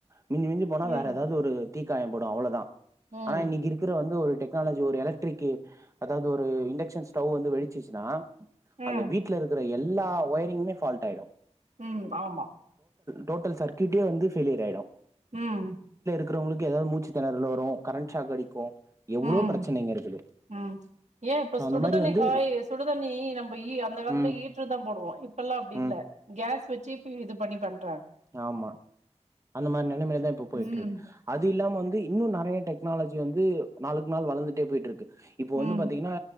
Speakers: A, on the right (about 25°); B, on the right (about 75°).
A: மிஞ்சி மிஞ்சி போனா
B: ம்
A: வேற ஏதாவது ஒரு தீ காயம் படும் அவ்ளதான்
B: ம்
A: ஆனா இன்னைக்கு இருக்குற வந்து ஒரு டெக்னாலஜி ஒரு எலக்ட்ரிக் அதாவது ஒரு இண்டக்ஷன் ஸ்டவ் வந்து வெடிச்சுச்சுன்னா
B: ம்
A: அந்த வீட்ல இருக்கிற எல் எல்லா ஒயரிங்குமே ஃபால்ட் ஆயிடும்
B: உம் ஆமா
A: டோடல் சர்க்ய்ஃட்டே வந்து ஃபெலியர் ஆயிடும்
B: உம்
A: இருக்கிறவங்களுக் ஏதாவது மூச்சு திணறல்வரும் கரண்ட் ஷாக் அடிக்கும் எவ்ளோ
B: உம்
A: பிரச்சனைங்க இருக்குது
B: உம் ஏன் இப்ப
A: ஸோ அந்த
B: சுடுதண்ணி
A: மாரி வந்து
B: காய் சுடுதண்ணி நம்ப அந்த காலத்து
A: ம்
B: ஹீட்ரு தான் போடுவோம் இப்ப எல்லாம் அப்டி
A: ம்
B: இல்ல கேஸ் வச்சு இது பண்ணி பண்
A: ஆமா அந்த மாரி நிலமிலைதான் இப்ப போயிட்டு
B: ம்
A: இருக்கு அது இல்லாம வந்து இன்னும் நிறைய டெக்னாலஜி வந்து நாளுக்கு நாள் வளந்துட்டே போயிட்டு இருக்கு இப்போ வந்து
B: ம்
A: பாத்தீங்கன்னா